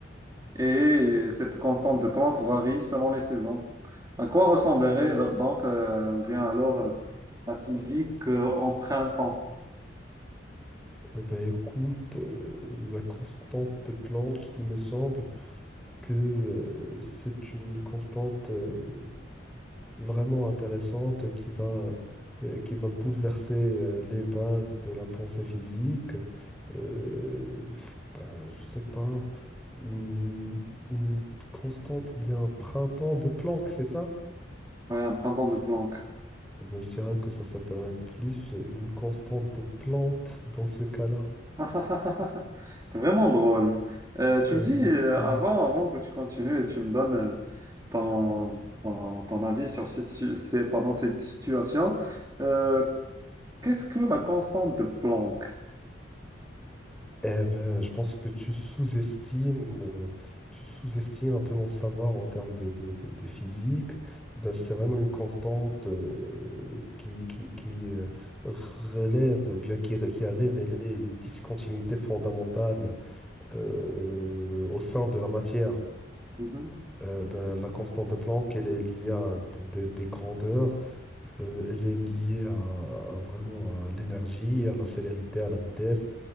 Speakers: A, on the right; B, in the centre.
A: Et cette constante de Planck varie selon les saisons. À quoi ressemblerait do- donc, euh, ou bien alors, euh, la physique euh, en printemps?
B: Euh, Ben écoute, euh, la constante de Planck, il me semble que euh, c'est une constante euh, vraiment intéressante qui va, euh, qui va bouleverser euh, les bases de la pensée physique. Euh, ben, je sais pas, une, une constante ou bien un printemps de Planck, c'est ça?
A: Ouais, un printemps de Planck.
B: Eh Ben, je dirais que ça s'appellerait plus une constante de Planck dans ce cas-là.
A: <laughs> Ah, ah, ah, ah, ah. T'es vraiment drôle. Euh, tu
B: Euh,
A: me dis,
B: merci.
A: euh, avant, avant que tu continues et tu me donnes euh, ton, ton, ton avis sur cette, si- c'est- pardon, cette situation, euh, qu'est-ce que la constante de Planck?
B: Eh ben, je pense que tu sous-estimes, euh, tu sous-estimes un peu mon savoir en termes de, de- de- de physique. Ben, c'est vraiment une constante euh, qui, qui, qui, euh, relève, ou bien qui, ré- qui a révélé une discontinuité fondamentale euh, au sein de la matière.
A: Mhm.
B: Euh, ben, la constante de Planck, elle est liée à d- des, des grandeurs, euh, elle est liée à, à vraiment à l'énergie, à la célérité, à la vitesse.